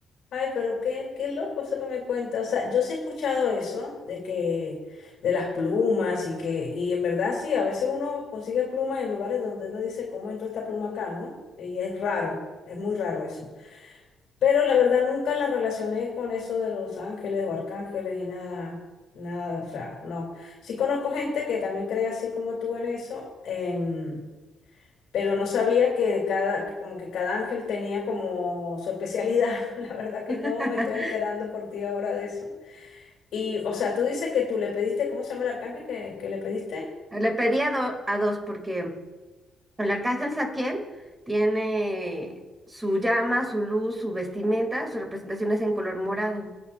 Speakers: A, on the left; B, on the right.
A: Ay, pero qué, qué loco eso que me cuentas. O sea, yo sí he escuchado eso de que, de las plumas y que, y en verdad sí, a veces uno consigue plumas en lugares donde uno dice, ¿cómo entró esta pluma acá, no? Y es raro, es muy raro eso. Pero la verdad nunca la relacioné con eso de los ángeles o arcángeles y nada, nada, o sea, no. Sí conozco gente que también cree así como tú en eso, em, pero no sabía que de cada, que como que cada ángel tenía como su especialidad. <laughs> La verdad que no,
B: <laughs>
A: me estoy enterando por ti ahora de eso. Y, o sea, tú dices que tú le pediste, ¿cómo se llama el arcángel que, que le pediste?
B: Le pedí a, do- a dos porque el arcángel Zadkiel tiene su llama, su luz, su vestimenta, su representación es en color morado.